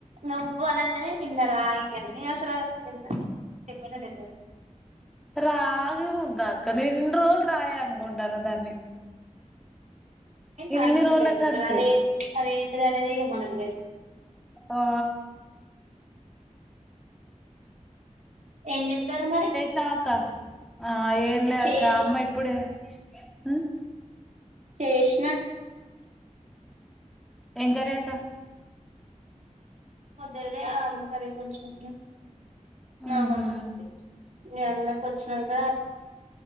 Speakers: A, on the right; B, in the centre.
A: నువ్ అనంగానే కింద రాయి ఎల్ని అసలది తెలవలేదు
B: రాగి ముందాక నేన్ ఇన్ని రోజలు రాయి అనుకుంటాన దాన్ని ఇన్ని
A: రాగి ముద్ద
B: రోజుల
A: అనుకుంటారు
B: కాంచి
A: అదే అదేంటిదనేది ఇగ మనకు తెలవద్
B: ఆ
A: ఏం చెస్తారు మరి
B: చాకా ఆ ఏం లేక
A: చేసి
B: అమ్మ ఇప్పుడే ఊ
A: చేసిన
B: ఏం కర్రీ అక్క
A: పొద్దడిదే ఆలు కర్రీ కొంచెం నా
B: ఉహు
A: మందం అంతే మీ అన్నకి వచ్చినంక